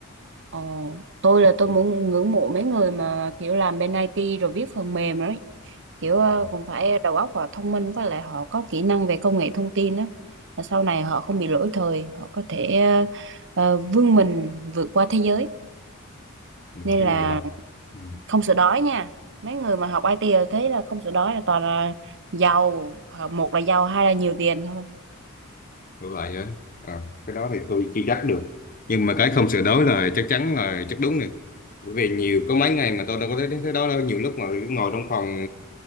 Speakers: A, on the right; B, on the left.
A: Ồ, tôi là tôi
B: ừ.
A: muốn ngưỡng mộ mấy người mà kiểu làm bên IT rồi viết phần mềm đấy. Kiểu ờ,
B: Ừ.
A: cũng phải đầu óc và thông minh với lại họ có kỹ năng về công nghệ thông tin đó. Là sau này họ không bị lỗi thời, họ có thể ờ, vươn mình vượt qua thế giới.
B: Ừ.
A: Nên
B: cái
A: là
B: này bật ừ.
A: không sợ đói nha. Mấy người mà học IT là thế là không sợ đói là toàn là giàu, một là giàu, hai là nhiều tiền thôi.
B: Được lại á à, cái đó thì tôi chưa chắc được nhưng mà cái không sửa đổi là chắc chắn là chắc đúng rồi bởi vì nhiều có mấy ngày mà tôi đâu có thấy thấy đó đâu nhiều lúc mà ngồi trong phòng